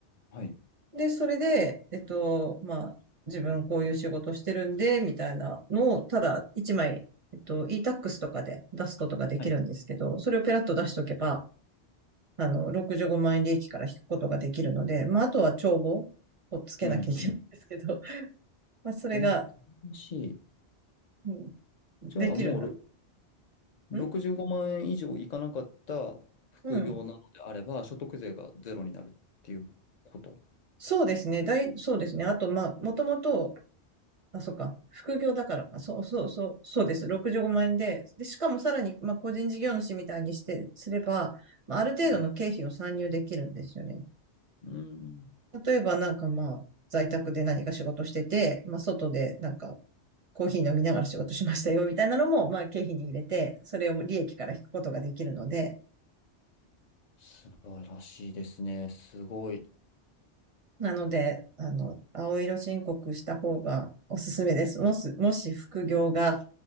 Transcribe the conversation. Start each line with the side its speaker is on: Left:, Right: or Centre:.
Left: はい。
Right: で、それで、えっと、まあ自分こういう仕事してるんで、みたいなのをただ一枚、えっと、e-tax とかで出すことができるんですけど、
Left: はい。
Right: それをペラッと出しとけば、あの、65万円利益から引くことができるので、まああとは帳簿をつけなきゃいけないんですけど、
Left: うんうん。
Right: まあそれが、
Left: えー、楽しい。
Right: うんできるな。
Left: じゃあもうろ65万円以上いかなかった副業なのであれば、
Right: んうん。
Left: 所得税がゼロになるっていうこと。
Right: そうですね。大、そうですね。あと、まあ、もともと、あ、そっか、副業だからか、そうそうそう、そうです。65万円で、で、しかもさらに、まあ、個人事業主みたいにして、すれば、まあ、ある程度の経費を参入できるんですよね。
Left: うん。うん
Right: 例えば、なんかまあ、在宅で何か仕事してて、まあ、外で、なんか、コーヒー飲みながら仕事しましたよ、みたいなのも、まあ、経費に入れて、それを利益から引くことができるので、
Left: 素晴らしいですね。すごい。
Right: なので、あの、青色申告した方がおすすめです。もし、もし副業が、